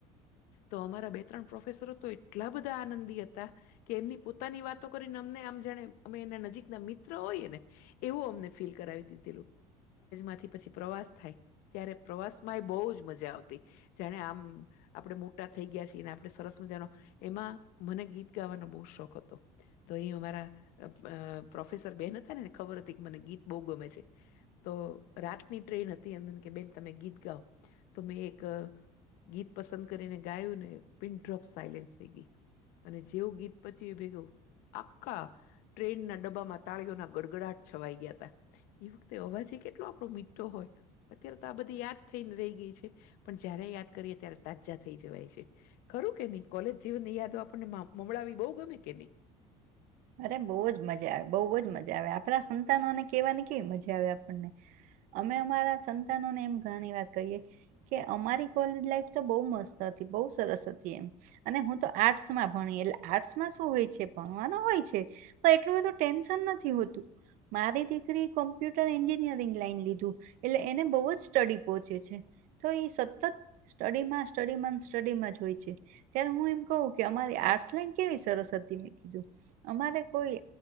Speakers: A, on the left (about 75°); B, on the right (about 65°).
A: તો અમારા બે ત્રણ પ્રોફેસરો તો એટલા બધા આનંદી હતા કે એમની પોતાની વાતો કરીને અમને આમ જાણે અમે એના નજીક ના મિત્ર હોઈએ ને એવું અમને ફીલ કરાવી દી થી પછી પ્રવાસ થાય ત્યારે પ્રવાસ માં એ બહુ જ મજા આવતી જાણે આમ આપણે મોટા થઈ ગયા છીએ અને આપણે સરસ મજાનો એમાં મને ગીત ગાવાનો બહુ શોખ હતો તો એ અમારા પ્રોફેસર બેન ખબર હતી કેમને ગીત બહુ ગમે છે તો રાતની ટ્રેન હતી એં કે બેન તમે ગીત ગાઓ તમે એક ગીત પસંદ કરીને ગાયું ને પિનડ્રોપ સાયલેન્સ થઈ ગય અને જેવું ગીત પતિયુ એ ભેગું આખા ટ્રેન ના ડબ્બામાં તાળીઓના ગડગડાટ છવાઈ ગયા હતા એ વખતે અવાજે કેટલો આપડો મીઠો હોય અત્યારે તો આ બધી યાદ થઈને રહી ગઈ છે પણ જયારે યાદ કરીએે ત્યારે તાજા થઈ જવાય છે ખરું કે નહી કોલેજ જીન ની યાદો આપણને મળાવી બહુ ગમે કે નહી
B: અરે બહુ જ મજા આવે બહુ જ મજા આવે આપણા સંતાનોને કહેવાની કેવી મજા આવે આપણને અમે અમારા સંતાનોને એમ ઘની વાત કહીએ કે અમારી કોલેજ લાઈફ તો બહુ મસ્ત હતી બહુ સરસ હતી એમ અને હું તો આર્ટસ માં ભણી એટલે આર્ટસમાં શું હોય છે ભણવાનું હોય છે પણ એટલું બધું ટેન્શન નથી હોતું મારી દિગરી કોમ્પ્યુટર એન્જિનિયરિંગ લાઈન લીધું એટલે એને બહુ જ સ્ટડી પહોંચે છે તો એ સતત સ્ટડીમાં સ્ટડીમાં સ્ટડીમાં જ હોય છે ત્યારે હું એમ કવું કે અમારી આર્ટસ લાઈન કેવી સરસ હતી મેં કીધું અમારે કોઈ